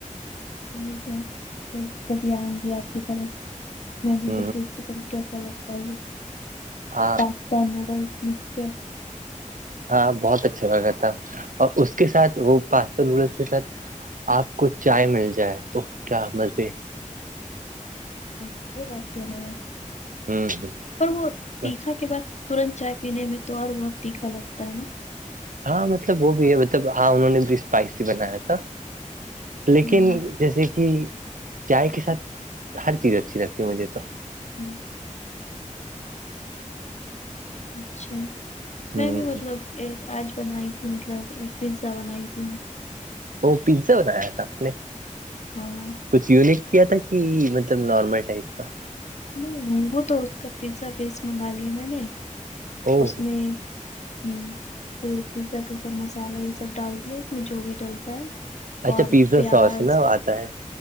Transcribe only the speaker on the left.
ٹیک ہے میں کبھی آؤں گی آپ کے پاس میں بھی
تو ٹیسٹ کروں کیا تا
پاستا نوڈلس مسچر
ہاں وہ بات تو ہے
اور وہ
تیکھا کے بعد ترنت چائے پینے میں تو اور بہت تیکھا لگتا ہے نا
ہوں
ہوں اچھا میں
بھی مطلب
آج بنائی تھی مطلب ایک پیزا بنائی تھی میں
ہاں
نہیں نہیں وہ تو اس کا پیزا بیس منگا لیا میں نے
اس میں ہ پھر پیزا کا سب مسالہ یہ سب ڈال دیا اس میں جو بھی ڈلتا ہے
اور
پیاز